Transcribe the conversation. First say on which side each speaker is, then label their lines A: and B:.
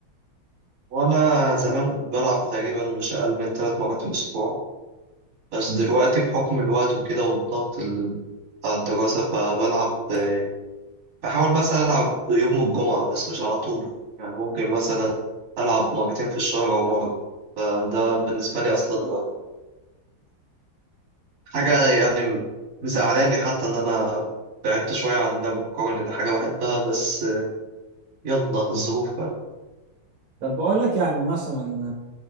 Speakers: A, on the right (about 45°); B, on the right (about 80°).
A: وأنا زمان كنت بلعب تقريبا مش أقل من ثلاث مرات في الأسبوع بس دلوقتي بحكم الوقت وكده والضغط ال- بتاع الدراسة فبلعب آه، بحاول بس ألعب يوم الجمعة بس مش على طول يعني ممكن مثلا ألعب مرتين في الشهر أو مرة فده بالنسبة لي أصلا حاجة يعني مزعلاني حتى إن أنا بعدت شوية عن لعب الكورة لأن حاجة بحبها بس يلا الظروف بقى
B: طب بقول لك يعني مثلا